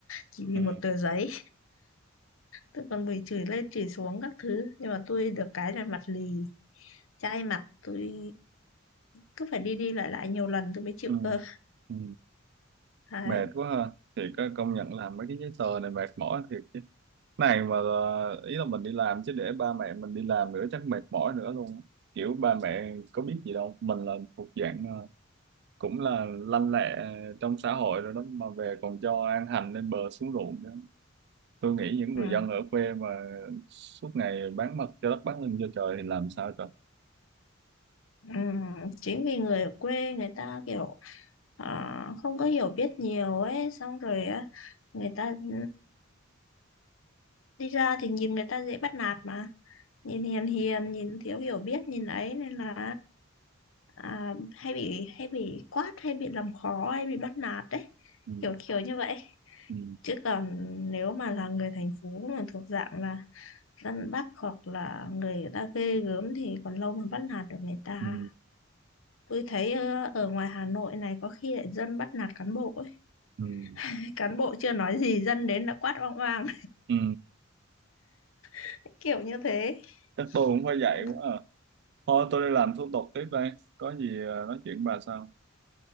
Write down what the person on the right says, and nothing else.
ừ,
ừ,
ừ.
mệt quá ha thì có công nhận làm mấy cái giấy tờ này mệt mỏi thiệt chứ này mà ờ, ý là mình đi làm chứ để ba mẹ mình đi làm nữa chắc mệt mỏi nữa luôn kiểu ba mẹ có biết gì đâu mình là thuộc dạng ờ, cũng là lanh lẹ trong xã hội rồi đó mà về còn cho ăn hành lên bờ xuống ruộng nữa tôi nghĩ
những người dân ở quê mà suốt ngày bán mặt cho đất bán lưng cho trời thì làm sao trời
ừ,
ừ,
ừ,
ừ,
ừ.
chắc tôi cũng phải dạy
quá à. thôi tôi đi làm thủ tục tiếp đây có gì ờ, nói chuyện bà sau